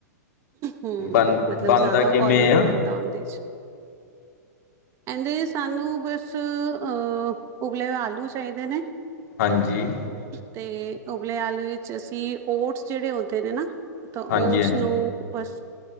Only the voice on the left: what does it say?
ਬਣ
ਬਣਦਾ
ਕਿਵੇਂ
ਆ
ਹਾਂਜੀ।
ਹਾਂਜੀ